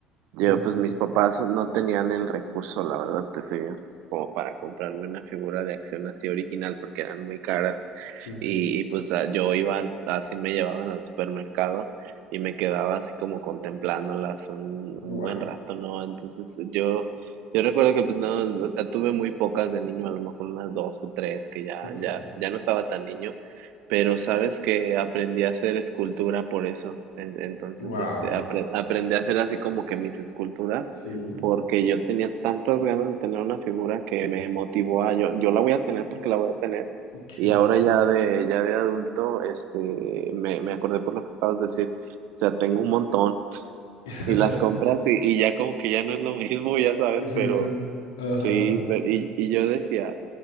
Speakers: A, on the right; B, on the left.
A: yo,
B: ujú,
A: pues mis papás no tenían el recurso, la verdad, te soy bien, como para comprarme una figura de acción así original porque eran muy caras.
B: Sí.
A: Y, y, pues a- yo iba, al- así me llevaban al supermercado y me quedaba así como contemplándolas un,
B: Wow.
A: un buen rato, ¿no? Entonces, yo... Yo recuerdo que pues no, o sea, tuve muy pocas de niño, a lo mejor unas dos o tres, que ya,
B: Ok.
A: ya, ya no estaba tan niño, pero sabes que aprendí a hacer escultura por eso. En- Entonces,
B: Wow.
A: este, apre- aprendí a hacer así como que mis esculturas,
B: Sí.
A: porque yo tenía tantas ganas de tener una figura que me motivó a yo, yo la voy a tener porque la voy a tener.
B: Qué
A: Y
B: bueno.
A: ahora ya de, ya de adulto, este, me, me acordé por lo que acabas de decir. O sea, tengo un montón
B: <laughs>
A: y las compras y, y ya como que ya no es lo mismo, ya sabes,
B: Exacto.
A: pero
B: Ajá.
A: sí, pero, y, y yo decía.